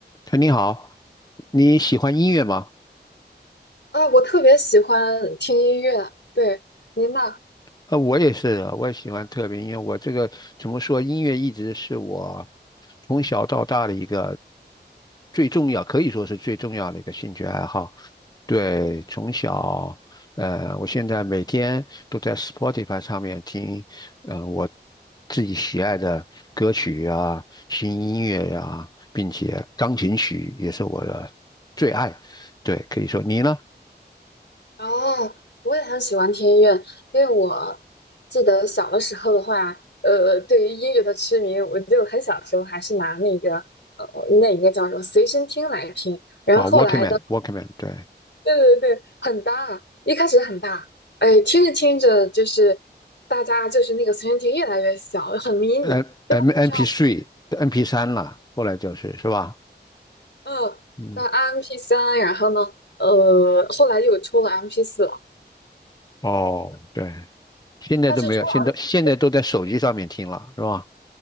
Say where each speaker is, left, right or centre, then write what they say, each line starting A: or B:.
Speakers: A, on the left (about 20°); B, on the left (about 85°).
A: 哎，你好，你喜欢音乐吗？
B: 啊，我特别喜欢听音乐，对，您呢？
A: 呃，我也是的我也喜欢特别音乐。我这个怎么说，音乐一直是我从小到大的一个最重要，可以说是最重要的一个兴趣爱好。对，从小，呃，我现在每天都在 Spotify 上面听，呃，我自己喜爱的歌曲啊，新音乐呀、并且钢琴曲也是我的最爱。对，可以说你呢？
B: 哦，我也很喜欢听音乐，因为我记得小的时候的话，呃，对于音乐的痴迷，我就很小时候还是拿那个呃那一个叫什么随身听来听，然后后来的，
A: 啊，Walkman，Walkman，对
B: 对对对，很大，一开始很大，哎，听着听着就是大家就是那个随身听越来越小，很迷你，
A: ，M
B: 又很漂亮，
A: M M P t h M P 三了，后来就是是吧？
B: 嗯，
A: 嗯，
B: 那 m p 三，然后呢？呃，后来又出了 MP4，
A: 哦，对，现在都没有，
B: 但是出来，
A: 现在现在都在手机上面听了，是吧？